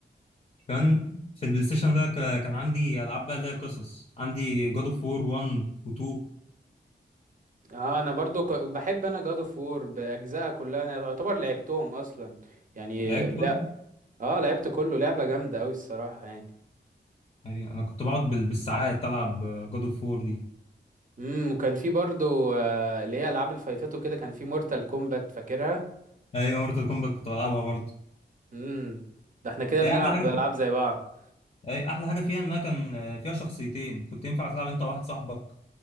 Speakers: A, on the left; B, on the right.
A: كمان في البلاي ستيشن ده ك- كان عندي العاب بقى اللي هي قصص عندي جاد اوف وور 1 و2
B: اه انا برضو ك- بحب انا جاد اوف وور باجزائها كلها انا يعتبر لعبتهم اصلا يعني
A: لعبت
B: لا
A: كده
B: اه لعبت كله لعبه جامده قوي الصراحه يعني
A: يعني انا كنت بقعد بال- بالساعات العب جاد اوف وور دي
B: امم وكان في برضو آه، اللي هي العاب الفايتات وكده كان في مورتال كومبات فاكرها
A: ايوه مورتال كومبات كنت بلعبها برضه
B: امم ده احنا كده بنلعب
A: هي احلى حاجه في...
B: العاب زي بعض
A: هي احلى حاجه فيها انها كان آه، فيها شخصيتين كنت ينفع تلعب انت وواحد صاحبك